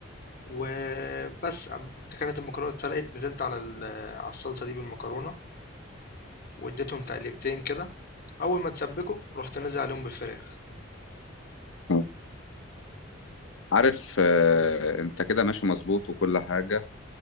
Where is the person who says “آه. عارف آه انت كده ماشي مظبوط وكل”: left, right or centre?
Left